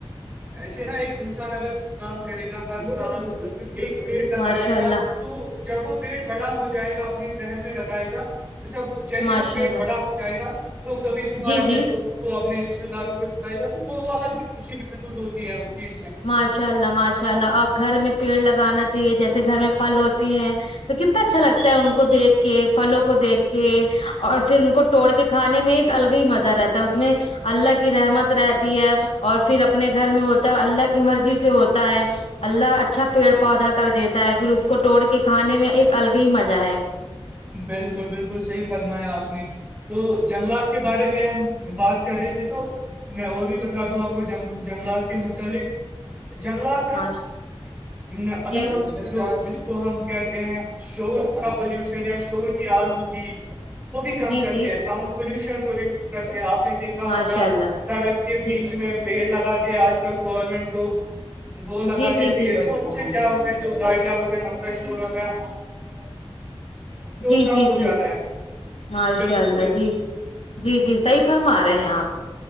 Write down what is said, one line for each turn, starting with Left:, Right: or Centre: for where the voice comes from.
Right: ایسے نا ایک انسان اگر کام کرے گا ہر سال ایک پیڑ لگائے
Left: ماشاء
Right: گا
Left: اللہ
Right: تو جب وہ پیٹ بڑا ہو جائے گا اپنے شہر میں لگائے گا تو جب جیسے
Left: ماشاء
Right: وہ پیٹ
Left: اللہ
Right: بڑا جائے گا تو کبھی کبر
Left: جی جی
Right: اپنے دوست کو اپنے رشتے داروں کو پہلے تو وہ الگ ہی خوشی محسوس ہوتی ہے اس چیز سے
Left: ماشاء اللہ ماشاء اللہ اور گھر میں پیڑ لگانا چاہیے جیسے گھر میں پھل ہوتے ہیں تو کتنا اچھا لگتا ہے ان کو دیکھ کے پھلوں کو دیکھ کے اور پھر ان کو توڑ کے کھانے میں ایک الگ ہی مزہ رہتا ہے اس میں اللہ کی رحمت رہتی ہے اور پھر اپنے گھر میں ہوتا ہے اللہ کی مرضی سے ہوتا ہے اللہ اچھا پیڑ پودا کر دیتا ہے پھر اس کو توٹڑ کے کھانے میں ایک الگے ہی مزہ ہے
Right: بالکل بالکل صحیح فرمایا آپ نے تو جنگلات کے بارے میں ہم بات کر رہے تھے تو میں اور بھی بتا دوں آپ کو جنگلات کے متعلق جنگلات نا
Left: ماش
Right: اگر
Left: جی
Right: ہم جس کو ہم کہتے ہیں شور کا پولوشن یا شور کی آلودگی وہ بھی کم
Left: جی
Right: کرتے
Left: جی
Right: ہیں ساؤنڈ پولوشن کو ریڈیوز کرتے ہیں آپ نے دیکھا
Left: ماشاء
Right: ہوگا
Left: اللہ
Right: سڑک کے بیچ
Left: جی
Right: میں پیڑ لگاتے آج کل گورنمنٹ لوگ وہ لگاتے
Left: جی جی
Right: پ
Left: جی
Right: کیا ہوتا ہے جو <inaudible> شور
Left: جی
Right: کم
Left: جی
Right: ہو
Left: جی
Right: جاتا ہے
Left: ماشاء
Right: بالکل
Left: اللہ
Right: بالکل
Left: جی جی جی صحیح فرما رہے ہیں آپ